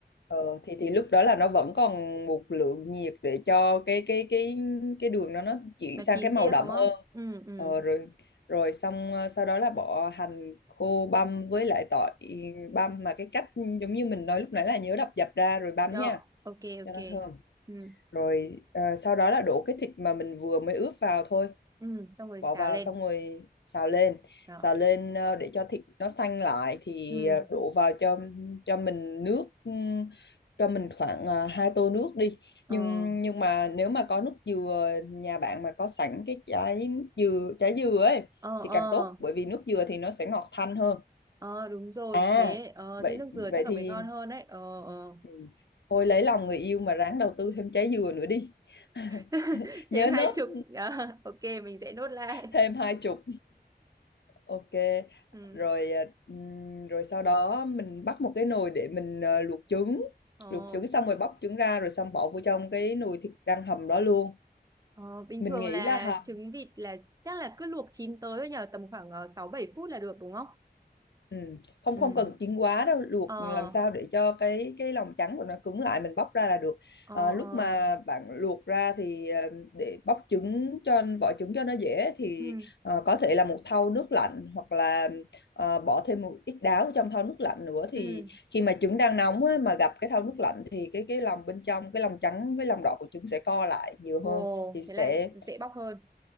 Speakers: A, on the left; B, on the right.
A: ờ, thì thì lúc đó là nó vẫn còn một lượng nhiệt để cho cái cái cái cái đường nó nó chuyển
B: nó
A: sang
B: chín
A: cái màu
B: tiếp
A: đậm
B: đúng không?
A: hơn
B: Ừ, ừ.
A: ờ, rồi rồi xong à, sau đó là bỏ hành khô băm với lại tỏi băm mà cái cách giống như mình nói lúc nãy là nhớ đập dập ra rồi băm
B: Rồi,
A: nha
B: ok, ok.
A: cho nó thơm
B: Ừ,
A: rồi à, sau đó là đổ cái thịt mà mình vừa mới ướp vào thôi
B: ừ, xong rồi
A: bỏ
B: xào
A: vào
B: lên.
A: xong rồi xào lên
B: Đó.
A: xào lên à, để cho thịt nó xanh lại thì
B: Ừ,
A: à, đổ vào cho cho mình nước ừm, cho mình khoảng à, hai tô nước đi
B: ờ,
A: nhưng nhưng mà nếu mà có nước dừa nhà bạn mà có sẵn cái trái nước dừa trái dừa ấy
B: ờ,
A: thì
B: ờ,
A: càng tốt bởi vì nước dừa thì nó sẽ ngọt thanh hơn
B: ờ, đúng rồi.
A: à
B: Thế, ờ,
A: vậy
B: thế nước dừa
A: vậy
B: chắc là
A: thì
B: mới ngon hơn đấy. Ờ, ờ.
A: Ừ. Thôi lấy lòng người yêu mà ráng đầu tư thêm trái dừa nữa đi. <laughs>
B: <laughs>
A: Nhớ
B: thêm hai
A: nốt
B: chục Ờ, ok mình sẽ nốt lại
A: thêm hai chục. Ok.
B: ừ.
A: Rồi à, ừm, rồi sau đó mình bắt một cái nồi để mình à, luộc trứng.
B: Ồ,
A: Luộc trứng xong rồi bóc trứng ra rồi xong bỏ vô trong cái nồi thịt đang hầm đó luôn.
B: ờ, bình
A: Mình
B: thường
A: nghĩ
B: là
A: là hầm
B: trứng vịt là chắc là cứ luộc chín tới thôi nhờ tầm khoảng ờ, sáu bảy phút là được đúng không
A: Ừ. Không
B: ừ
A: không cần chín quá đâu luộc
B: ờ
A: làm sao để cho cái cái lòng trắng của nó cứng lại mình bóc ra là được
B: ờ
A: à, lúc
B: ờ
A: mà bạn luộc ra thì ờ, để bóc trứng cho vỏ trứng cho nó dễ thì
B: ừ
A: ờ, có thể là một thau nước lạnh hoặc là ờ, bỏ thêm một ít đáo trong thau nước lạnh nữa thì
B: ừ
A: khi mà trứng đang nóng á, mà gặp cái thau nước lạnh thì cái cái lòng bên trong cái lòng trắng với lòng đỏ của trứng sẽ co lại nhiều
B: ồ
A: hơn thì sẽ
B: thế là dễ bóc hơn